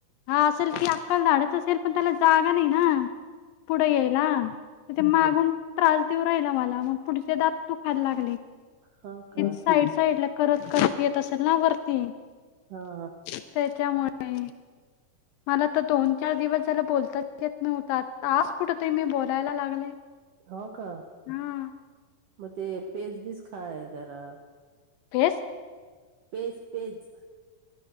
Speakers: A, on the left; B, on the right.
A: हा असेल ती अक्कलधडच असेल पण त्याला जागा नाही ना पुढे येला तर ते मागून त्रास देऊ राहिला मला मग पुढ दू खाय लाग
B: हा का
A: साड साईड येत असेल ना वरती
B: हा
A: त्याच्यामुळे मला तर दोन चार दिवस त्याला बोलताच येत नव्हत आज कुठ तरी मी बोलायला लागले
B: हो का
A: हा
B: मग ते पेजबीज खाय जरा
A: पेज
B: फेस पेज